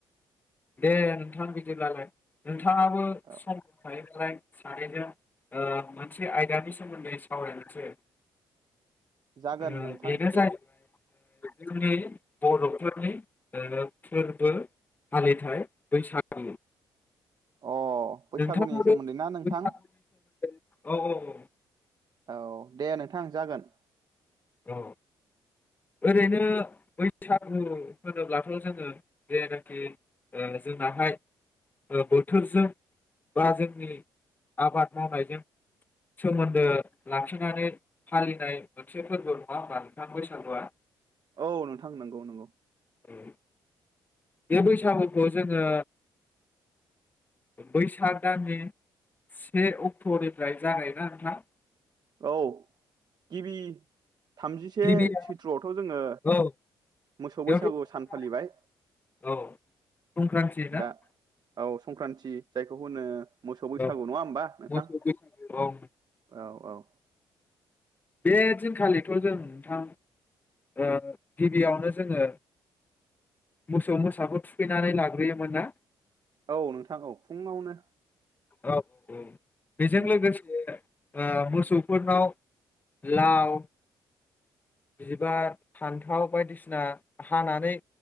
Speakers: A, on the left (about 20°); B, on the right (about 50°).
A: दे नोंथां बिदिब्लालाय नोंथाङाबो
B: औ
A: सम दंखायोबालाय सानैजों ओ मोनसे आयदानि सोमोन्दै सावरायनोसै
B: जागोन
A: ओं
B: नोंथां
A: बेनो
B: दे
A: जाहैबाय जोंनि बरफोरनि दोरोम फोरबो फालिथाय बैसागु
B: अ बैसागुनि
A: नोंथां आबो
B: सोमोन्दै
A: बैसागुनि
B: ना नोंथां
A: सोमोन्दै औ औ औ <unintelligible>
B: औ दे नोंथां जागोन
A: औ ओरैनो बैसागु होनोब्लाथ जोङो जेनाखि ओ जोंनाहाय बोथोरजों बा जोंनि आबाद मावनायजों सोमोन्दो लाखिनानै फालिनाय मोनसे फोरबो नङा होमबा नोंथां बैसागुआ
B: औ नोंथां नंगौ नंगौ
A: औ बे बैसागुखौ जोङो बैसाग दाननि से अक्ट'निफ्राय जागायोना नोंथां
B: औ गिबि थामजिसे
A: गिबिया
B: सैथ्रआवथ' जोङो
A: औ
B: मोसौ
A: बेयावथ'
B: बैसागु
A: संक्रान्ति
B: सान फालिबाय
A: औ संक्रान्ति ना
B: दा औ संक्रान्ति जायखौ होनो मोसौ बैसागु
A: औ
B: नङा होमबा नोंथां
A: मोसौ बैसागु औ
B: औ औ
A: बे दिनखालिथ' जों नोंथां ओ गिबियावनो जोङो मोसौ मोसाखौ थुखैनानै लाग्रोयोमोन ना
B: औ नोंथां औ फुङावनो
A: औ औ बेजों
B: उम
A: लोगोसे आ मोसौफोरनाव लाव बिबार फान्थाव बायदिसिना हानानै